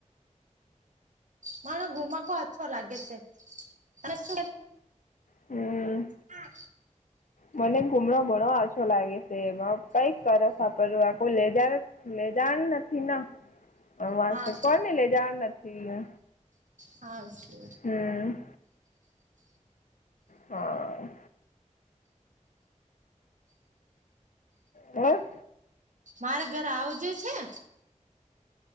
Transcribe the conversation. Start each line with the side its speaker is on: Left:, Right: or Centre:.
Right: મણ ઘુમાકો અછો લાગે છે, ત શ
Left: હમ
Right: હમ.
Left: મને ઘુમણો ઘણો આછો લાગે શે, બો કાઈ કરશે, આપલે આપુ લે જાયેશ. લેજાણ નથી, ના વા
Right: હા
Left: કોઈને ને લેજાણ નથી.
Right: હા છે.
Left: હમ. હા. અવે.
Right: મારે ઘરે આવજો જ છે.